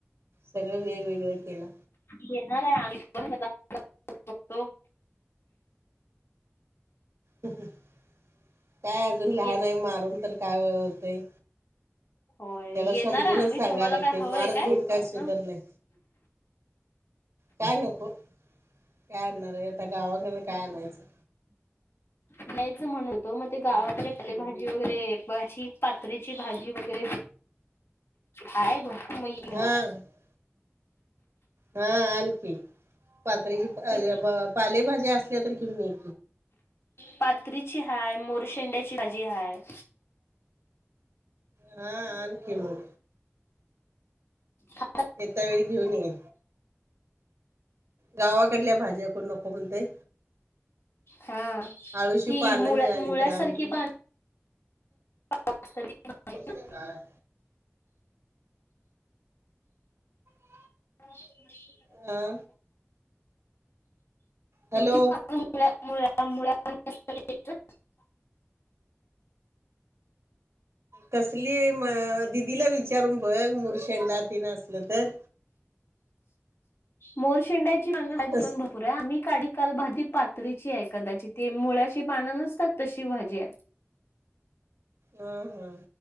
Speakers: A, on the right; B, on the left.
A: सगळं वेगवेगळं केलं.
B: येणार आहे आम्ही पण त्याला. बघतो.
A: काय अजून लहान
B: येत
A: आहे, मारून तर काय होते.
B: होय
A: त्याला
B: येणार
A: समजूनच
B: आहे आम्ही
A: सांगाय
B: तुम्हाला
A: लागते,
B: काय हवंय
A: मार देऊन काय
B: इथन
A: सुधर नाही. काय नको काय आणणार आहे, आता गावाकडन काय आणायचं?
B: नाहीच म्हणत होतो मग ते गावाकडे
A: नाही नाही
B: आपले भा वगैरे पातळीची भाजी वगैरे आहे बघ. मग
A: हा
B: <unintelligible>
A: हा आण कि, पातरीची
B: का
A: पालेभाज्या असल्या तर घेऊन येे.
B: पात्रीची हाय, मोरशेंड्याची भाजी हाय.
A: हा आण कि मग.
B: हा.
A: येता वेळी घेऊन ये. गावाकडल्या भाज्या कोण नको म्हणतय.
B: हा
A: अळूची
B: ती
A: पाने
B: मुळ्या
A: मिळाली
B: मुळ्यासारखी
A: तर आण.
B: पान <unintelligible>
A: हे काय <inaudible>
B: <unintelligible>
A: हा. हॅलो
B: <unintelligible>
A: कसली मग दिदीला विचारून बघ, मुर्शंडा तिनं असलं तर
B: मोरशिंडाची पण <unintelligible> हायेत
A: कस
B: भरपूर. पुऱ्या आम्ही काडी काल भाजी पातरीची आहे कदाचित, ते मुळ्याशी पानं नसतात तशी भाजी आहे.
A: ह हा